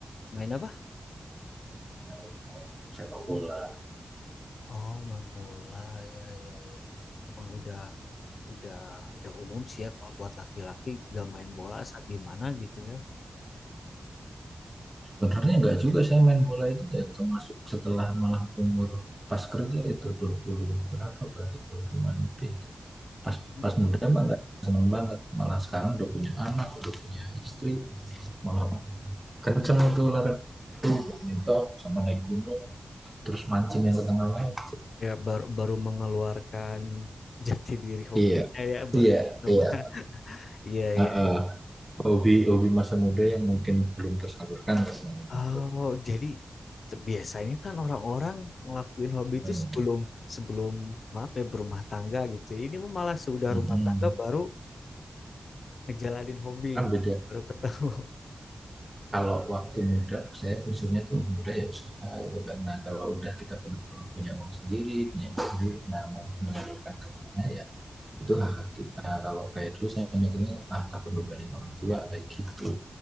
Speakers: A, on the left; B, on the right.
A: Main apa?
B: main bola, sepak bola.
A: Oh, main bola, ya, ya, ya. Emang udah, udah, udah umum sih ya kalau buat laki-laki gak main bola, saat gimana gitu ya.
B: Sebenarnya enggak juga saya main bola itu ya termasuk setelah malah umur pas kerja itu 20 berapa berarti 20 lebih pas
A: Oh,
B: pas muda mah nggak seneng banget malah sekarang udah punya anak udah punya istri malah kenceng itu olahraga itu minto sama naik gunung terus mancing yang ke tengah laut
A: ya baru baru mengeluarkan <laughs> jati diri hobinya
B: iya
A: ya baru
B: iya
A: ketemu
B: iya
A: <laughs> iya iya
B: Uh,
A: iya
B: uh, hobi hobi masa muda yang mungkin belum tersalurkan rasanya gitu
A: oh jadi se- biasanya kan orang-orang ngelakuin hobi itu
B: hmm.
A: sebelum sebelum maaf ya berumah tangga gitu ya. ini mah malah sudah
B: mm
A: rumah tangga baru ngejalanin hobi
B: karena
A: gitu
B: beda
A: baru ketemu
B: kalau waktu muda saya usulnya tuh muda ya usaha gitu kan nah kalau udah kita punya punya uang sendiri punya sendiri nah mau menyalurkan kemana ya itu kakak kita kalau kayak dulu saya mikirnya ah takut bebanin orang tua kayak gitu